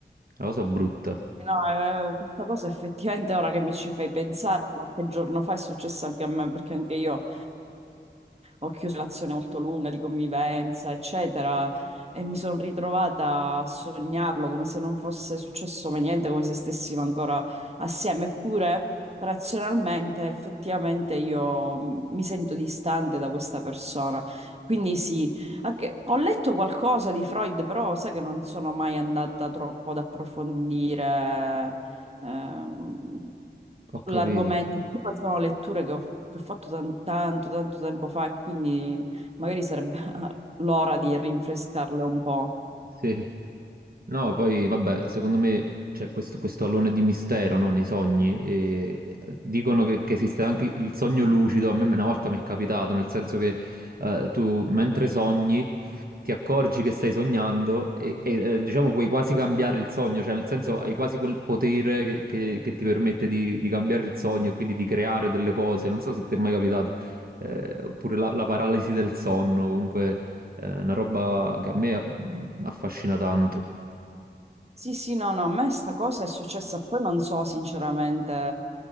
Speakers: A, on the right; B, on the right.
A: È una cosa brutta.
B: No, eh, questa cosa effettivamente ora che mi ci fai pensare, qualche giorno fa è successo anche a me, perché anche io ho chiuso una relazione molto lunga di convivenza, eccetera, e mi sono ritrovata a sognarlo come se non fosse successo mai niente, come se stessimo ancora assieme. Eppure, razionalmente, effettivamente io mm, mi sento distante da questa persona. Quindi sì, anche- ho letto qualcosa di Freud, però sai che non sono mai andata troppo ad approfondire ehm,
A: Ho
B: sull'argomento.
A: capito.
B: Poi sono letture che ho, che ho fatto tan- tanto, tanto tempo fa e quindi magari sarebbe <laughs> l'ora di rinfrescarle un po'.
A: Sì. No, poi vabbè, secondo me c'è questo, questo alone di mistero, no, nei sogni. E dicono che, che esiste anche il il sogno lucido. A me una volta mi è capitato, nel senso che eh, tu mentre sogni ti accorgi che stai sognando e, e, eh, diciamo puoi quasi cambiare il sogno, cioè nel senso hai quasi quel potere che, che- che ti permette di, di cambiare il sogno e quindi di creare delle cose. Non so se ti è mai capitato, eh, oppure la, la paralisi del sonno, comunque è una roba che a me mm, affascina tanto.
B: Sì, sì, no, no, a me sta cosa è successa, poi non so sinceramente